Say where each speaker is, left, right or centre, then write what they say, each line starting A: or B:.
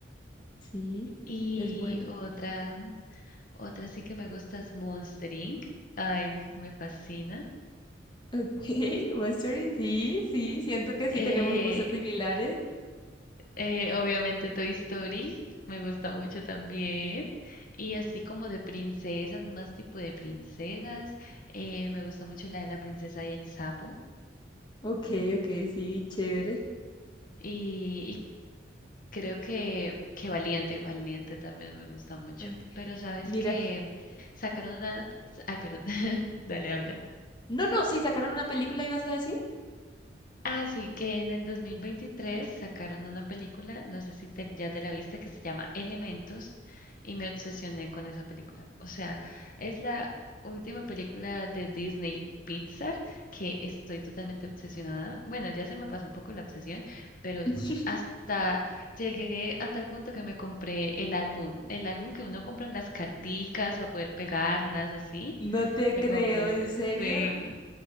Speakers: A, on the left; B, on the left.
A: sí,
B: Y
A: es buena.
B: otra, otra sí que me gusta es Monster Inc. Ay, me fascina.
A: Ok, <laughs> Monster, sí, sí, siento que sí
B: Eh,
A: tenemos gustos similares.
B: Eh, obviamente Toy Story, me gusta mucho también. Y así como de princesas, más tipo de princesas. eh, me gusta mucho la de la princesa y el sapo.
A: Ok, ok, sí, chévere.
B: Y, y creo que, que Valiente, Valiente también me gusta mucho.
A: Ok,
B: Pero sabes
A: Mira,
B: que sacaron una... Ay, perdón, <laughs> dale, habla.
A: no, no, sí, sacaron una película, ¿ibas a decir?
B: Ah, sí, que en el 2023 sacaron una película, no sé si te- ya te la viste, que se llama Elementos y me obsesioné con esa película. O sea, es la última película de Disney Pixar que estoy totalmente obsesionada. Bueno, ya se me pasó un poco la obsesión, pero
A: <laughs>
B: hasta llegué a tal punto que me compré el álbum, el álbum que uno compra en las carticas para poder pegarlas así.
A: No te
B: Me
A: creo,
B: compré,
A: ¿en serio?
B: sí.